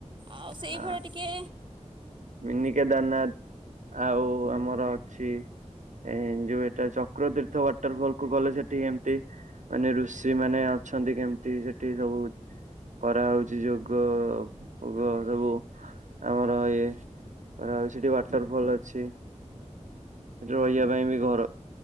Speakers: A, on the right (about 40°); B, on the right (about 75°).
A: ଆଉ ସେଇଭଳିଆ
B: ଆ
A: ଟିକେ।
B: ମିନି କେଦାରନାଥ ଆଉ ଆ ମର ଅଛି ଏ ଯୋଉ ଏଟା ଚକ୍ର ତୀର୍ଥ ୱାଟରଫଲ କୁ ଗଲେ ସେଠି କେମତି ମାନେ ଋଷି ମାନେ ଅଛନ୍ତି କେମିତି ସେଠି ସବୁ କରାହଉଛି ଯଗୋ ପଗୋ ସବୁ ଆମର ଏ ଆଉ ସେଠି ୱାଟରଫଲ ଅଛି ସେଠି ରହିବା ପାଇଁ ବି ଘର